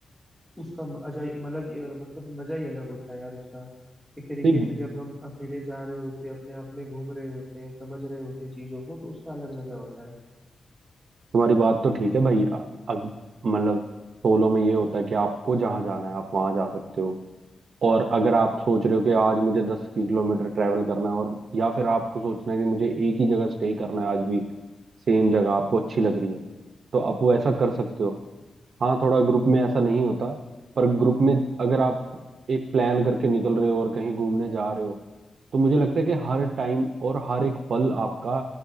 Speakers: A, in the centre; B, on the right.
A: उसका म- अजाई मलग मतलब मजा ही अलग होता है यार उसका एक तरीके
B: नहीं
A: से जब हम अकेले जा रहे होते हैं अपने आप में घूम रहे होते हैं समझ रहे होते हैं चीजों को तो उसका अलग मजा होता है
B: तुम्हारी बात तो ठीक है भाई अ- अग- मतलब सोलो में ये होता है कि आपको जहाँ जाना है आप वहां जा सकते हो और अगर आप सोच रहे हो कि आज मुझे दस किलोमीटर ट्रैवल करना है और या फिर आपको सोचना है कि मुझे एक ही जगह स्टे करना है आज भी सेम जगह आपको अच्छी लग रही है तो आप वो ऐसा कर सकते हो हाँ थोड़ा ग्रुप में ऐसा नहीं होता पर ग्रुप में अगर आप एक प्लान करके निकल रहे हो और कहीं घूमने जा रहे हो तो मुझे लगता है कि हर टाइम और हर एक पल आपका